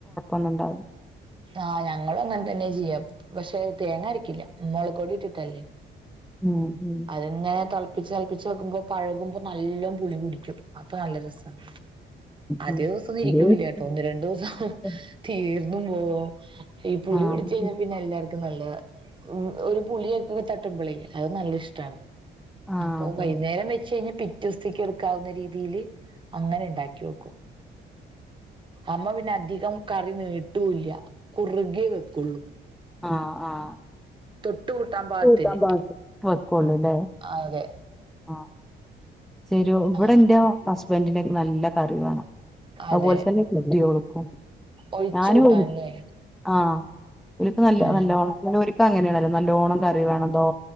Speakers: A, in the centre; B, on the right.
A: ഒന്ന്ണ്ടാവും
B: ആഹ് ഞങ്ങളും അങ്ങനെ തന്നെ ചെയ്യാ പക്ഷെ തേങ്ങരിക്കില്ല മൊളഗ് പൊടി ഇട്ടിട്ട്
A: ഉം ഉം
B: അത്ങ്ങനെ തെളപ്പിച്ച് തെളപ്പിച്ച് വെക്കുമ്പോ പഴകുമ്പോ നല്ല പുളിപിടിക്കും അപ്പൊ നല്ല രസാണ് അധികം
A: ഉം
B: ദീസൊന്നും
A: നല്ലത്
B: ഇരിക്കൂല്ലട്ടോ ഒന്ന് രണ്ടു ദിവസം
A: അത്
B: തീർന്നും പോവോ ഈ പുളി
A: ആഹ്
B: പിടിച്ച കഴിഞ്ഞാ പിന്നെ എല്ലാർക്കും നല്ലതാ ഉം ഒരു പുളിയക്ക തട്ടുമ്പളേ അത് നല്ല ഇഷ്ടാണ്
A: ആഹ്
B: അപ്പൊ
A: അതന്നെ
B: വൈകുന്നേരം വെച്ച് കഴിഞ്ഞൽ പിറ്റൊസ്തിക്ക് എടുക്കാവുന്ന രീതിൽ അങ്ങനെ ഉണ്ടാക്കി വോക്കും അമ്മ പിന്നെ അധികം കറി നീട്ടൂല്ല്യ കുറുകേ വെക്കുള്ളൂ
A: ആഹ് ആഹ്
B: തൊട്ട് കൂട്ടാൻ പാകത്തിന്
A: തൊട്ട് ബാ വ ക്കൊള്ളുലെ
B: അതെ
A: ആഹ് ശെരി ഇവിടെ
B: ആഹ്
A: ന്റെ ഹസ്ബൻഡി ന്റെക്ക നല്ല കറി വേണം അതുപോലെ
B: അതെ
A: തന്നെ കുട്ട്യാൾക്കും
B: ഒഴിച്ചു
A: ഞാനും
B: കൂട്ടാൻല്ലേ
A: ആഹക്ക് നല്ല
B: ഉം
A: നല്ലവണം നല്ലൊക്ക അങ്ങനെയാണല്ലോ നല്ലോഓണം കറി വേണല്ലോ